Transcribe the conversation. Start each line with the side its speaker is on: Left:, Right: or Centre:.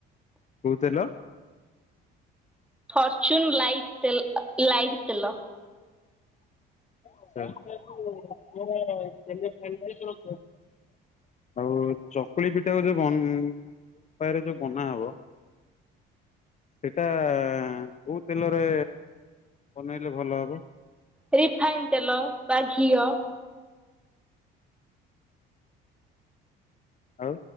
Left: କୋଉ ତେଲ?
Centre: ଫର୍ଚୁନ୍ ଲାଇଟ୍ ତେଲ ଲାଇଟ୍ ତେଲ।
Left: <unintelligible> ଆଉ ଚକୁଳି ପିଠା କୁ ଯୋଉ ବନ ଉପାୟରେ ଯୋଉ ବନା ହବ ସେଇଟା କୋଉ ତେଲରେ ବନେଇଲେ ଭଲ ହବ?
Centre: ରିଫାଇନ୍ ତେଲ ବା ଘିଅ।
Left: ଆଉ